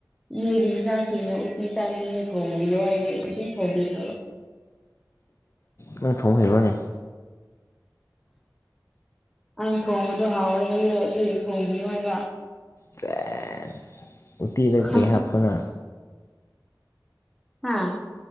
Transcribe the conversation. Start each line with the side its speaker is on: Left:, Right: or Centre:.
Centre: ꯅꯣꯏꯒꯤ ꯃꯆꯥꯁꯤꯡꯅ ꯎꯇꯤ ꯆꯥꯒꯦꯌꯦ ꯊꯣꯡꯕꯤꯌꯣ ꯍꯥꯏꯕꯗꯤ ꯑꯗꯨꯝ ꯊꯣꯡꯕꯤꯈ꯭ꯔꯥꯕ꯫
Left: ꯅꯪ ꯊꯣꯡ ꯍꯩꯕ꯭ꯔꯣꯅꯦ꯫
Centre: ꯑꯩꯅ ꯊꯣꯡꯕꯗꯣ ꯍꯥꯎꯋꯦ ꯍꯥꯏꯌꯦ ꯑꯗꯨꯒꯤ ꯊꯣꯡꯕꯤꯌꯨ ꯍꯥꯏꯕ꯫
Left: ꯆꯦꯁ ꯎꯇꯤꯗ
Centre: ꯍꯥ
Left: ꯀꯩ ꯍꯥꯞꯄꯅꯣ꯫
Centre: ꯍꯥ